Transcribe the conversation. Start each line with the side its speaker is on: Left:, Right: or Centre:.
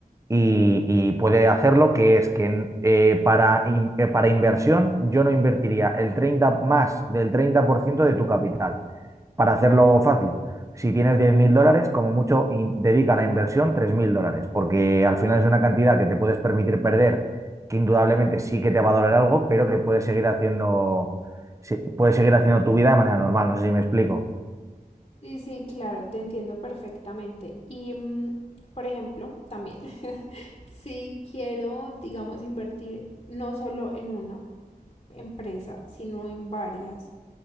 Right: y- y puede hacerlo, que es que eh, para, in- eh, para inversión yo no invertiría el 30 más del 30% de tu capital. Para hacerlo fácil, si tienes 10.000 dólares, como mucho, in- dedica a la inversión 3.000 dólares, porque al final es una cantidad que te puedes permitir perder, que indudablemente sí que te va a doler algo, pero que puedes seguir haciendo, sí, puedes seguir haciendo tu vida de manera normal. No sé si me explico.
Left: Sí, sí, claro, te entiendo perfectamente. Y, mm, por ejemplo, también, <laughs> si quiero, digamos, invertir no solo en una empresa, sino en varias,